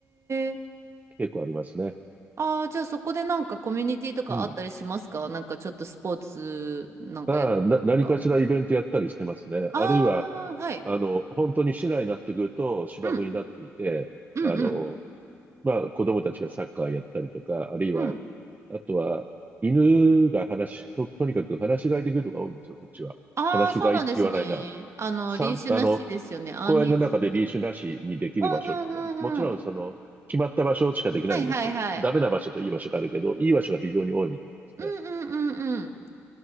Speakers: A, on the right; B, on the right.
A: え。
B: 結構ありますね。
A: ああ、じゃあそこでなんかコミュニティとかあったりしますかなんかちょっとスポーツなんかやるとか。
B: うん。ああ、な、何かしらイベントやったりしてますね。
A: あ
B: あるいは、
A: あ、はい。
B: あの、本当に市内になってくると芝生になっていて、
A: うん。うんうん。
B: あの、まあ、子供たちがサッカーやったりとか、あるいは、
A: うん。
B: あとは、犬が話、と、とにかく話し飼いできるとか多いんですよ、こっちは。
A: ああ、
B: 話し飼いって言わないな。
A: そうなんですね。あの、
B: 散あの、
A: リーシュなしですよね。アンリーシュで。
B: 公園の中でリーシュなしにできる場所っていうのは、
A: うんうん
B: もちろんその、
A: うんうん。
B: 決まった場所しかできないんですけど、
A: はいはいはい。
B: ダメな場所といい場所があるけど、いい場所が非常に多いみたいですね。
A: うんうんうんうん。